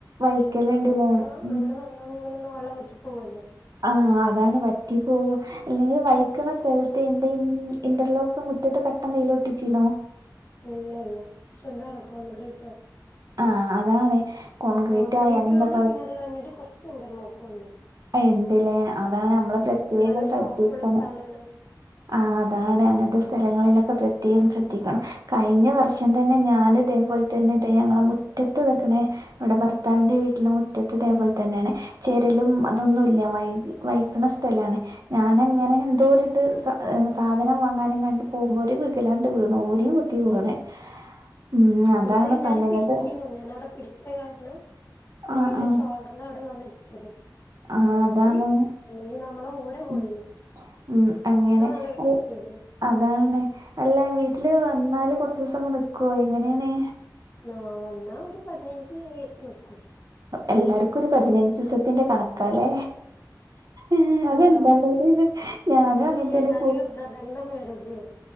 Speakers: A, on the right; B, on the left.
A: വൈക്കല്ണ്ട്ല്ലേ
B: ക്ഷെ നിക്കണെന്ന് പറഞ്ഞ
A: ഉം
B: അങ്ങനെ ഇങ്ങനൊന്നും വെള്ളം വറ്റി പോവല്ലേ
A: ആഹ് അതാണ് വറ്റി പോവു അല്ലെങ്കിൽ വയിക്കണ സ്ഥലത്ത് എന്താ ഇന്റർലോക്ക് മുറ്റത്ത് കട്ട എന്തേലും ഒട്ടിചീനോ
B: ഇല്ലല്ല പക്ഷെ ഇതാണ് കോൺക്രീറ്റാണ്
A: ആഹ് അതാണ് കോൺക്രീറ്റ്
B: കോൺക്രീറ്റു
A: ആയാൽ എന്താ
B: ആണ്
A: കൊഴ
B: പിന്നെ അത് കഴിഞ്ഞിട്ട് കൊറച്ച് ഇന്റർലോക്കുണ്ട്
A: ഇണ്ട്ലേ അതാ നമ്മള് പ്രത്യേകം
B: നല്ല സ്ലോപ്പുള്ള
A: ശ്രദ്ധിക്കണം
B: സ്ഥലാണ്
A: ആഹ് അതാണ് അങ്ങൻത്തെ സ്ഥലങ്ങളിലൊക്കെ പ്രത്യേകം ശ്രദ്ധിക്കണം കയിഞ്ഞ വർഷം തന്നെ ഞാൻ ഇതേപോലെ തന്നെ ഇതേ ഞങ്ങളെ മുറ്റത്ത് തക്ണ് ഇവടെ ഭർത്താവിന്റെ വീട്ടില് മുറ്റത്ത് ഇതേപോലെ തന്നേണ് ചെരലും തൊന്നുല്ല വൈ വൈക്ണ സ്ഥലാണ് ഞാന് അങ്ങനെ എന്തോരിത് സാധനം വാങ്ങാനങ്ങാണ്ട് പോകുമ്പോ ഒരു വിഗ്ഗലാണ്ട് വീണു ഓരി കുത്തി വീണ് ഉം അതാണ്
B: ഇത് ഞാൻ
A: പറഞ്ഞിങ്ങട്ട്
B: പിടിച്ചീനു ഞാാനവിടെ പിടി ച്ച കാരണം നേര
A: ആഹ് ആഹ്
B: ഷോൾഡറിന്റെ അവിടെ വന്നിടിച്ചത്
A: ആഹ്
B: അല്ലെങ്കി
A: അതാണ്.
B: അല്ലെങ്കി നമ്മളെ ഊര പോയിന്
A: ഉം ഉം,
B: അത്ര
A: അങ്ങനെ
B: നല്ല വികിച്ചയ്നി
A: അൽ- അതാണ് അല്ല വീട്ടില് വന്നാല് കൊറച്ചീസൊക്കെ നിക്കോ എങ്ങനേണ്
B: ആഹ് വന്നാ ഒരു പതിനഞ്ച് രീസം നിക്കും
A: എല്ലാർക്കും ഒരു പതിനഞ്ച് ദീസത്തിന്റെ കണക്കാലേ ആഹ് അതെന്താ
B: അല്ല
A: ഇത് ഞാനും അങ്ങൻ
B: ഇല്ല
A: തന്നെ
B: ഞാന് ബ്രദറിന്റെ മാരേജ്